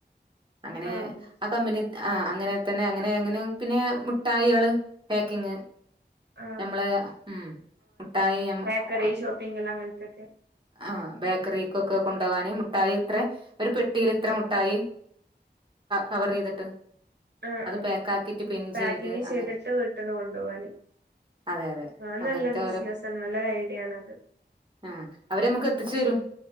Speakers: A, on the right; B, on the right.
A: അങ്ങനെ
B: ആഹ്
A: ആ കമ്പനി ആ അങ്ങനെ തന്നെ അങ്ങനെ അങ്ങനെ പിന്നെ മുഠായികളു പാക്കിങ്
B: ആഹ്
A: നമ്മള് ഉം മുട്ടായി <unintelligible>
B: ക്കറിഷോപ്പിംഗ് എല്ലാം മ <unintelligible> ത്തത്
A: ആഹ് ബേക്കറിക്കൊക്കെ കൊണ്ടുപോകാന് മുട്ടായി ഇത്ര ഒരു പെട്ടിൽ ഇത്ര മുട്ടായി കവർ ചെയ്തിട്ട്
B: ആഹ്
A: അത്
B: ആഹ്
A: പാക്ക് ആക്കിട്ട് പിൻ
B: പാക്കിങ്
A: ചെയ്ത് അങ്ങനെ
B: ചെയ്തിട്ട് വീട്ടീന്ന് കൊണ്ടുപോവല്ലെ
A: അതെ അതെ
B: ആഹ്
A: അങ്ങനത്തെ
B: നല്ലൊരു ബിസിനസാണ് നല്ലെ എവിടെ ആണത്
A: ആ അവരെ നമുക്ക് എത്തിച്ചു തരും